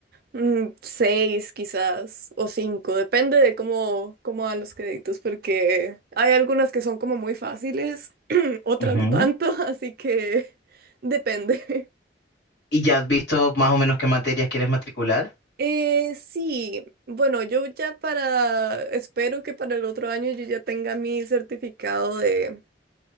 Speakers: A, on the right; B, on the left.
A: Mm, seis quizás, o cinco, depende de cómo, cómo dan los créditos, porque hay algunas que son como muy fáciles, <clears throat> otras
B: Ujú.
A: no tanto, así que <laughs> depende.
B: ¿Y ya has visto más o menos qué materias quieres matricular?
A: Eh, sí, bueno, yo ya para, espero que para el otro año yo ya tenga mi certificado de,